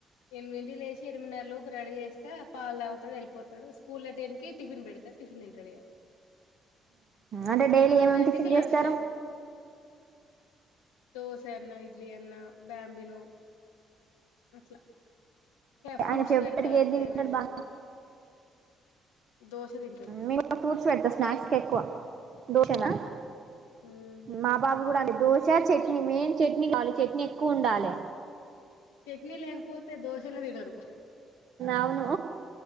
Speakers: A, on the left; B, on the right.
A: ఎనిమింటి లేసి ఎనిమిదిన్నర లోపు రెడి చేస్త పాలు తాగుతాడు వెళ్ళిపోతాడు స్కూల్ ల టెన్కి టిఫిన్ బెడ్ టిఫిన్ తింటడిగా
B: అంటే డైలీ
A: ట్వెల్వ్
B: ఏమేమి
A: థర్టీకి
B: టిఫిన్
A: లంచ్
B: చేస్తారు
A: టైమ్ దోశ అన్నా ఇడ్లీ అన్నా బ్యాంబినో అట్లా ఫ్రూట్స్
B: ఆయన ఫేవరెట్
A: వేడుత
B: గా
A: అట్లా
B: ఏది తింటాడు
A: ఏమైనా
B: బాగా
A: ఇంకా దోశ తింటడు
B: మేము కూడా ఫ్రూట్స్ పెడతా స్నాక్స్ ఎక్కువ దోశనా
A: మ్మ్
B: మా బాబు కూడా అండి దోశ చట్నీ మెయిన్ చట్ చట్నీ కావాలి చట్నీ ఎక్కువ ఉండాలే
A: చట్నీ లేకపోతే దోశలే తినరు
B: అవును